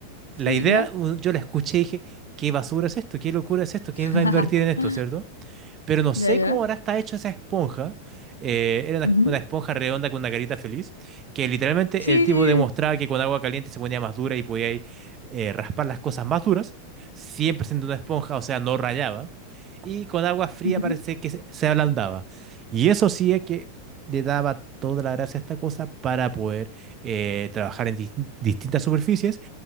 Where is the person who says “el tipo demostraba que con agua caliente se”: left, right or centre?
Right